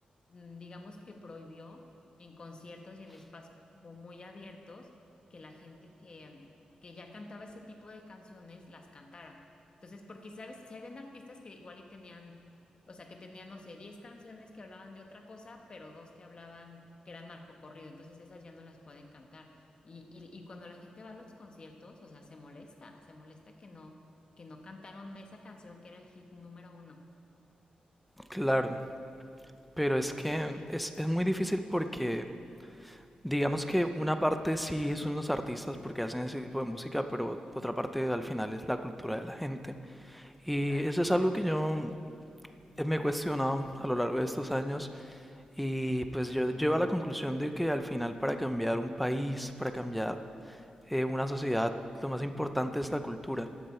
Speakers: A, on the left (about 40°); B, in the centre.
A: mm, digamos que prohibió en conciertos y en espacios como muy abiertos que la gente que, que ya cantaba ese tipo de canciones las cantara. Entonces, porque, ¿sabes? Si habían artistas que igual y tenían, o sea, que tenían, no sé, 10 canciones que hablaban de otra cosa, pero dos que hablaban, que eran narcocorrido, entonces esas ya no las pueden cantar. Y, y, y cuando la gente va a los conciertos, o sea, se molesta, se molesta que no, que no cantaron esa canción que era el hit número uno.
B: claro. Pero es que
A: Sí,
B: es, es muy difícil porque, digamos que una parte sí son los artistas porque hacen ese tipo de música, pero otra parte al final es la cultura de la gente. Y
A: claro,
B: eso es algo que yo eh, me he cuestionado a lo largo de estos años. Y pues yo llego a la conclusión de que al final para cambiar un país, para cambiar eh, una sociedad, lo más importante es la cultura,